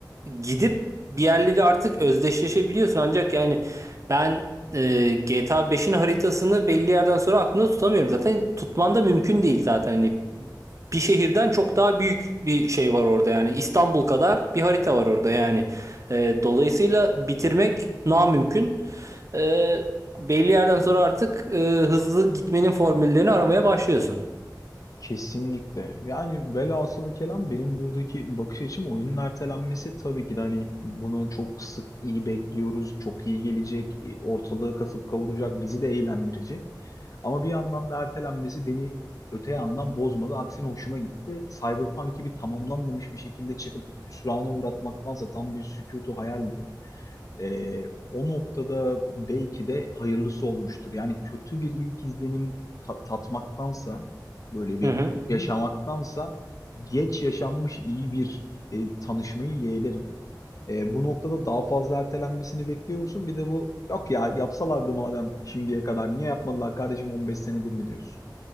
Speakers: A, on the right; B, on the left.
A: gidip bir yerleri artık özdeşleşebiliyorsun. Ancak yani ben e, GTA beş'in haritasını belli yerden sonra aklımda tutamıyorum. Zaten tutman da mümkün değil zaten. Hani bir şehirden çok daha büyük bir şey var orada yani. İstanbul kadar bir harita var orada yani. E, dolayısıyla bitirmek namümkün. E, belli yerden sonra artık e, hızlı gitmenin formüllerini aramaya başlıyorsun.
B: Kesinlikle. Yani velhasılı kelam benim buradaki bakış açım oyunun ertelenmesi tabii ki de hani bunu çok sık iyi bekliyoruz. Çok iyi gelecek. e, Ortalığı kasıp kavuracak. Bizi de eğlendirecek. Ama bir yandan da ertelenmesi beni öte yandan bozmadı. Aksine hoşuma gitti. Cyberpunk gibi tamamlanmamış bir şekilde çıkıp hüsrana uğratmaktansa tam bir sükutu hayaldi. Ee, o noktada belki de hayırlısı olmuştur. Yani kötü bir ilk izlenim ta- tatmaktansa, böyle bir
A: Hı hı.
B: Hı? yaşamaktansa geç yaşanmış iyi bir e, tanışmayı yeğlerim. Ee, bu noktada daha fazla ertelenmesini bekliyor musun? Bir de bu yok ya yapsalardı madem şimdiye kadar niye yapmadılar kardeşim 15 senedir mi diyorsun?